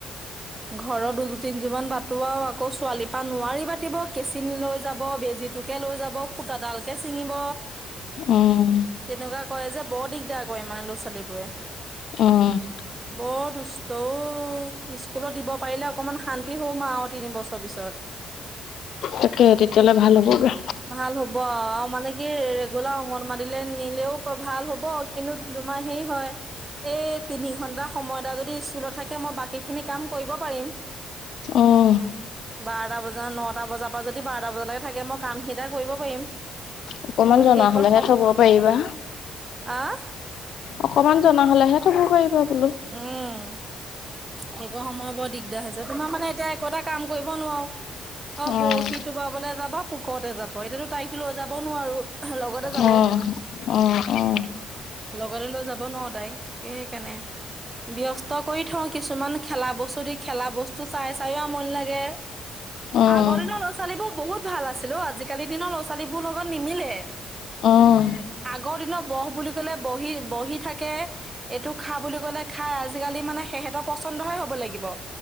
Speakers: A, on the right (about 20°); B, on the left (about 70°).
A: <unintelligible> ঘৰৰ দুযো তিনিযোৰ মান বাতো আৰু আকৌ ছোৱালীৰ পৰা নোৱাৰি পাতিব কেঁচিন নি লৈ যাব বেজীটো কে লৈ যাব, সুতাডালকে চিঙিব,
B: উম
A: তেনেকুৱা কৰে যে বৰ দিগদাৰ কৰে আমাৰ ল'ৰা-ছোৱালীবোৰে।
B: উম
A: বৰ দুষ্ট অ স্কুলত দিব পাৰিলে অকমান শান্তি হম আও তিনিবছৰ পিছত।
B: তাকে তেতিয়ালে ভাল হ'বগে।
A: ভাল হ'ব আৱ মানে কি ৰেগুলা অংগন বাদিলে নীলেও ভাল হ'ব কিন্তু তোমাৰ হেই হয় এই তিনি ঘন্টা সময় এটা যদি ই স্কুলত থাকে মই বাকীখিনি কাম কৰিব পাৰিম।
B: অহ।
A: বাৰটা বজা নটা বজাপা যদি বাৰটা বজালেকে থাকে মই কাম শে ষ কৰিব পাৰিম
B: অকমান জনা
A: সেইকণ
B: হলেহে
A: সম
B: থব পাৰিবা।
A: আহ
B: অকমান জনা হ'লেহে থব পাৰিবা বোলো!
A: উম হেইকন সময় বৰ দিগদাৰ হৈছে, তোমাৰ মানে এতিয়া একো এটা কাম কৰিব নোৱাৰো। আৰু
B: উম
A: বৰশী টোপাবলে যাবা পোকতে যাব, এতিয়াতো তাইক লৈ যাবও নোৱাৰো। লগতে যাব
B: উম উম উম।
A: লগতে লৈ যাব নোৱাও তাইক এইকাণে। ব্যস্ত কৰি থওঁ কিছুমান খেলা বস্তু দি খেলা বস্তু চাই চাইও আমনী লাগে।
B: উম
A: আগৰ দিনৰ ল'ৰা ছোৱালীবোৰ বহুত ভাল আছিল ঔ, আজিকালি দিনৰ ল'ৰা ছোৱালীবোৰ লগত নিমিলে।
B: উম।
A: আগৰ দিনৰ বহ বুলি কলে বহি বহি থাকে, এইটো খা বুলি ক'লে খায় আজিকালি মানে সিহঁতৰ পচন্দহে হ'ব লাগিব।